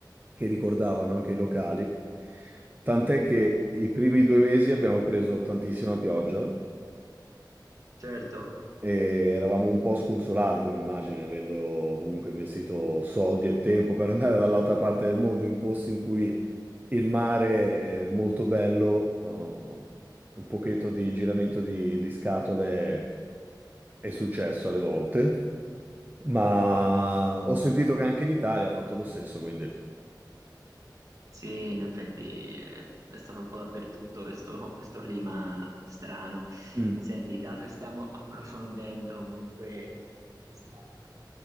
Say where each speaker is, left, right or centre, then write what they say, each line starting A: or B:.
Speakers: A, on the right; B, on the right.
A: che ricordavano anche i locali. Tant'è che i primi due mesi abbiamo preso tantissima pioggia
B: Certo.
A: e eravamo un po' sconsolati, come immagini, avendo comunque investito soldi e tempo per andare dall'altra parte del mondo in posti in cui il mare è molto bello, eh, un pochetto di giramento di di scatole È successo alle volte, ma ho sentito che anche in Italia ha fatto lo stesso, quindi...
B: Sì, in effetti eh, è stato un po' dappertutto questo, <laughs> questo clima strano.
A: Mm,
B: Senti, dato che stiamo approfondendo comunque questa,